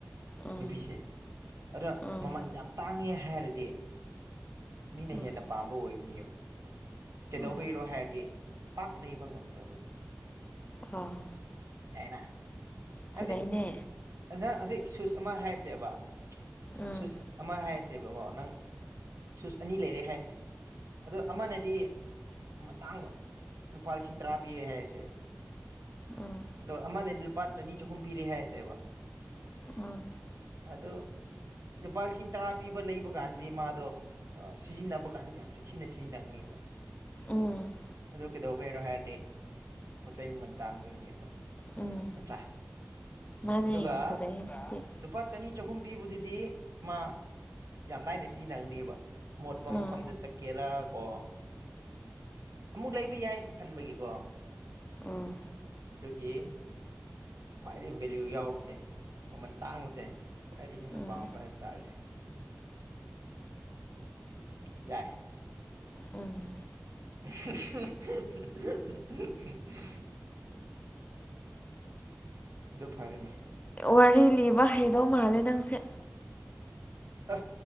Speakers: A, on the left (about 30°); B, on the right (about 80°).
A: ꯎꯝ
B: ꯅꯨꯄꯤꯁꯦ ꯑꯗꯨꯣ
A: ꯎꯝ
B: ꯃꯃꯜ ꯌꯥꯝ ꯇꯥꯡꯉꯦ ꯍꯥꯏꯔꯗꯤ ꯃꯤꯅ
A: ꯎꯝ
B: ꯍꯦꯟꯅ ꯑꯄꯥꯝꯕ ꯑꯣꯏꯒꯅꯤꯑꯕ ꯀꯩꯗꯧꯕꯩꯔꯣ
A: ꯎꯝ
B: ꯍꯥꯏꯔꯗꯤ ꯄꯥꯛ ꯂꯩꯕ ꯉꯝꯗꯕꯒꯤ
A: ꯑꯥ
B: ꯌꯥꯏꯅ ꯍꯥꯏꯕꯗꯤ
A: ꯐꯖꯩꯅꯦ
B: ꯅꯪ ꯍꯧꯖꯤꯛ ꯁꯨꯁ ꯑꯃ ꯍꯥꯏꯔꯤꯁꯦꯕ
A: ꯎꯝ
B: ꯁꯨꯁ ꯑꯃ ꯍꯥꯏꯔꯁꯦꯕꯀꯣ ꯅꯪ ꯁꯨꯁ ꯑꯅꯤ ꯂꯩꯔꯦ ꯍꯥꯏꯔꯁꯦ ꯑꯗꯣ ꯑꯃꯅꯗꯤ ꯃꯇꯥꯡꯕ ꯂꯨꯄꯥ ꯂꯤꯁꯤꯡ ꯇꯔꯥ ꯄꯤꯔꯦ ꯍꯥꯏꯔꯁꯦꯕ
A: ꯑꯥ
B: ꯑꯗꯣ ꯑꯃꯅꯗꯤ ꯂꯨꯄꯥ ꯆꯅꯤ ꯆꯍꯨꯝ ꯄꯤꯔꯦ ꯍꯥꯏꯁꯦꯕ
A: ꯎꯝ ꯎꯝ
B: ꯑꯗꯨ ꯂꯨꯄꯥ ꯂꯤꯁꯤꯡ ꯇꯔꯥ ꯄꯤꯕ ꯂꯩꯕ ꯀꯥꯟꯗꯤ ꯃꯥꯗꯣ ꯁꯤꯖꯤꯟꯅꯕ ꯀꯥꯟꯗ ꯌꯥꯝ ꯆꯦꯛꯁꯤꯟꯅ ꯁꯤꯖꯤꯟꯅꯉꯕ
A: ꯎꯝ
B: ꯑ ꯀꯩꯗꯧꯕ ꯍꯥꯏꯔꯣ ꯍꯥꯏꯔꯗꯤ ꯄꯣꯠ ꯆꯩ ꯃꯃꯜ ꯇꯥꯡꯕꯒꯤꯅꯦꯕ
A: ꯎꯝ
B: ꯅꯠꯇ꯭ꯔꯥ
A: ꯃꯥꯅꯦ
B: ꯑꯗꯨꯒ
A: ꯐꯖꯩ ꯁꯤꯗꯤ
B: ꯂꯨꯄꯥ ꯆꯅꯤ ꯆꯍꯨꯝ ꯄꯤꯕꯗꯨꯗꯤ ꯃꯥ ꯌꯥꯝ ꯂꯥꯏꯅ ꯁꯤꯖꯤꯟꯅꯒꯅꯦꯕ ꯃꯣꯠꯄ
A: ꯎꯝ
B: ꯃꯐꯝꯗ ꯆꯠ ꯀꯦꯔꯥ ꯀꯣ ꯑꯃꯨꯛ ꯂꯩꯕ ꯌꯥꯏ ꯈꯟꯕꯒꯤꯀꯣ
A: ꯑꯥ
B: ꯑꯗꯨꯒꯤ ꯈ꯭ꯋꯥꯏꯗꯒꯤꯩ ꯚꯦꯂꯌꯨ ꯌꯥꯎꯕꯁꯦ ꯃꯃꯜ ꯇꯥꯡꯕꯁꯦ ꯈ꯭ꯋꯥꯏꯗꯒꯤ ꯍꯦꯟꯅ
A: ꯎꯝ
B: ꯄꯥꯝꯕ ꯍꯥꯏꯕ ꯇꯥꯔꯦ ꯌꯥꯏꯦ
A: ꯎꯝ
B: <inaudible> ꯑꯗꯨ ꯐꯔꯦꯅꯦ
A: ꯋꯥꯔꯤ ꯂꯤꯕ ꯍꯩꯗꯧ ꯃꯥꯜꯂꯦ ꯅꯪꯁꯦ
B: ꯑ